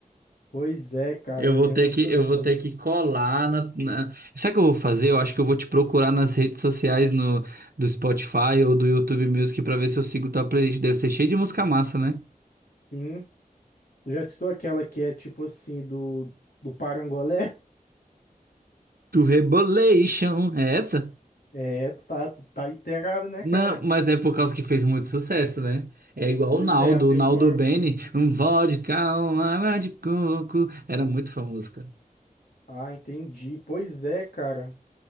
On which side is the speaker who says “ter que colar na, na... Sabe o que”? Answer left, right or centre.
Right